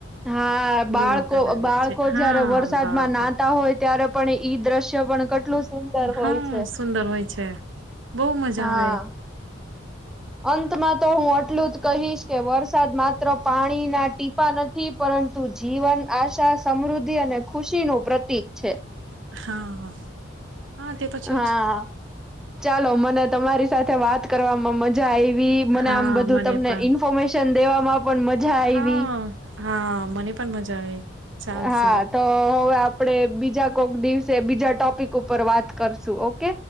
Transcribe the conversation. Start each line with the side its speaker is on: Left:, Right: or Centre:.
Centre: હા,
Right: એવું
Centre: બાળકો-બાળકો
Right: ધરાવે છે હા
Centre: જયારે વરસાદમાં
Right: બરોબર
Centre: નાતા હોય ત્યારે પણ ઈ દ્રશ્ય પણ કટ સુંદર હોય
Right: હા
Centre: છે.
Right: સુંદર હોય છે બહુ મજા
Centre: હા
Right: આવે
Centre: અંતમાં તો હું આટલું જ કહીશ કે વરસાદ માત્ર પાણીના ટીપા નથી પરંતુ જીવન આશા સમ્ સમૃદ્ધિ અને ખુશી નુ પ્રતિક છે.
Right: હા હ હા તે છેજ
Centre: હા ચાલો મને તમારી સાથે વાત કરવામાં મજા આવી. વી મને
Right: હા
Centre: આમ બધું
Right: મને
Centre: તમને
Right: પણ
Centre: ઇન્ફોર્મેશન દેવામાં પણ મજા આવી,
Right: હા હા મને પણ મજા આવે ચાલશે
Centre: હા તો હવે આપડે બીજા કોક દિવસે બીજા ટોપિક ઉપર વાત કરશું ઓ